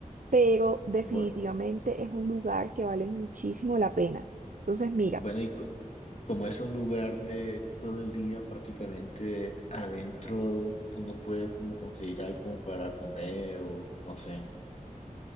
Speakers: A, on the right (about 75°); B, on the left (about 55°).
A: pero definitivamente
B: Bue-
A: es un lugar que vale muchísimo la pena. Entonces, mira,
B: Bueno, y co- como es un lugar de todo el día prácticamente adentro, uno puede como conseguir algo para comer o no sé.